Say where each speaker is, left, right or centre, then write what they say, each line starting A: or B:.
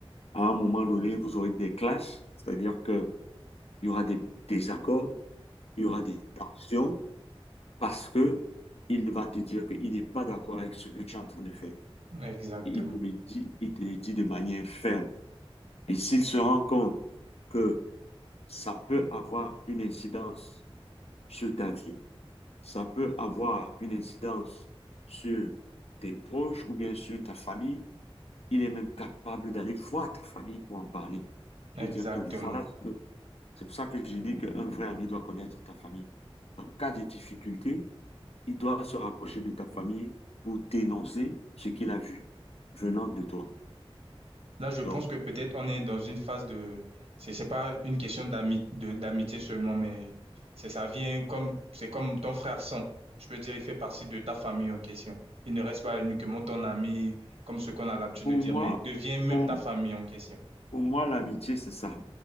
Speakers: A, on the left (about 85°); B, on the right (about 85°).
A: à un moment donné, vous aurez des clashs, c'est-à-dire que il y aura des désaccords, il y aura des tensions, parce que il va te dire qu'il n'est pas d'accord avec ce que tu es en train de faire.
B: Exactement,
A: Et il te le dit, il te le dit de manière ferme. Et s'il se rend compte que ça peut avoir une incidence sur ta vie, ça peut avoir une incidence sur tes proches ou bien sur ta famille, il est même capable d'aller voir ta famille pour en parler,
B: exactement.
A: pour dire que voilà ce que... C'est pour ça que j'ai dit qu'un vrai ami doit connaître ta famille. En cas de difficulté, il doit se rapprocher de ta famille pour dénoncer ce qu'il a vu venant de toi.
B: Là, je pense
A: Donc,
B: que peut-être on est dans une phase de, c'est c'est pas une question d'ami, de, d'amitié seulement, mais c'est ça vient comme, c'est comme ton frère sang. Je peux dire, il fait partie de ta famille en question. Il ne reste pas uniquement ton ami, comme ce qu'on a l'habitude
A: pour
B: de dire,
A: moi,
B: mais il devient même
A: pour,
B: ta famille en question.
A: pour moi, l'amitié, c'est ça.